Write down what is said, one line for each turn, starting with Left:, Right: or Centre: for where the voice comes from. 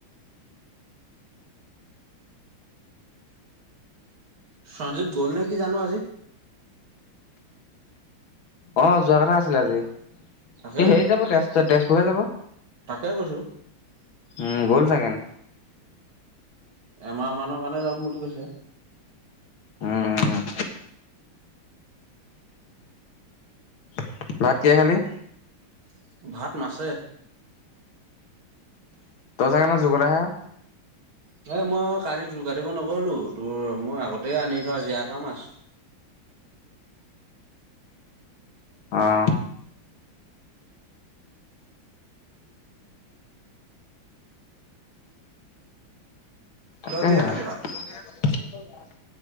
Right: সঞ্জীৱ গ'ল নে কি জানো আজি।
Left: অ যোৱা কথা আছিলে আজি সি
Right: তাকে
Left: হেৰি যাব তেজুৰ তেজপুৰহে যাব।
Right: তাকে কৈছোঁ
Left: উম গ'ল চাগে <inaudible>
Right: <unintelligible> এমাহ মানৰ কাৰণে যাম বুলি কৈছে। <inaudible>
Left: উম, <unintelligible> ভাত কিহে খালি? <inaudible>
Right: <unintelligible> ভাত মাছে <inaudible>
Left: <unintelligible> ত‌ই চাগে ন জুগৰা হে <inaudible>
Right: <unintelligible> এ মই কালি জোৰ কাটিব নগলো তোৰ মোৰ আগতে আনি থোৱা জীয়াই থোৱা মাছ <inaudible> <inaudible>
Left: আহ <unintelligible> তাকেহে
Right: তই কিহে খালি ভাত
Left: <unintelligible>